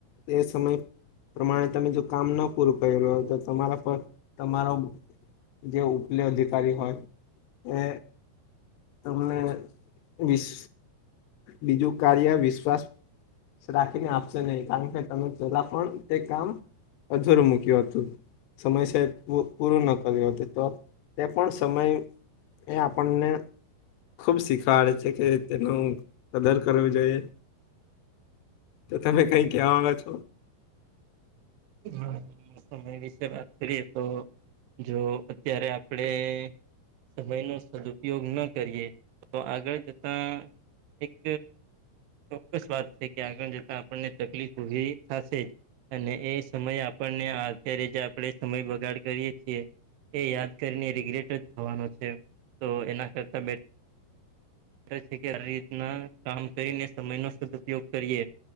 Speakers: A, on the left; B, on the right.
A: તે સમય પ્રમાણે તમે જો કામ ન પૂરું કરેલું હોય તો તમારા પર તમારો જે ઉપલે અધિકારી હોય. એ તમને વિશ બીજું કાર્ય વિશ્વાસ રાખીને આપશે નહીં. કારણ કે તમે પોલા પણ તે કામ અધર મૂકત હતું. સમયસ પૂરોું ન કર્યું. તો તે પણ સમય એ આપણને ખુબ શીખાડે છે કે તેનું કદર કરવી જોઈએ. તો તમે કઈ ક્યાં વાળા છો?
B: હા સમય વિશે વાત કરીએ તો જો અત્યારે આપડે સમય નો સદુપયોગ ન કરીએ તો આગળ જતા એક ચોક્કસ વાત છે કે આગળ જતા આપણને તકલીફ ઉઊભી થશે અને એ સમય આપણને અત્યારે જે આપણે સમય બગાડ કરીએ છીએ. એ યાદ કરીને રિગ્રેટ જ થવાનો છે. તો એના કરતા બે છે કે આ રીતના કામ કરીને સમય નો સદઉપયોગ કરીએ.